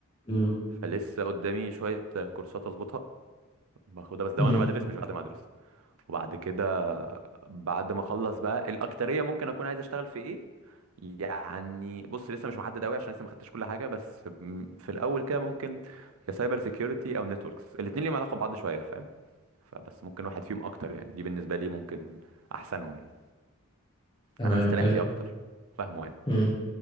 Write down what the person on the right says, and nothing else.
فلسه قدامي شويه كورسات اظبطها باخدها بس ده
وانا بدرس مش بعد ما ادرس وبعد كده بعد ما اخلص بقى الاكتريه ممكن اكون عايز اشتغل في ايه يعني بص لسه مش محدد قوي عشان لسه ما خدتش كل حاجه بس م- في الاول كده ممكن يا سايبر سيكيورتي او نتوركس الاثنين ليهم علاقه ببعض شويه فاهم فبس ممكن واحد فيهم اكتر يعني دي بالنسبه لي ممكن احسنهم يعني
انا مستريح
فيه اكتر فاهمه يعني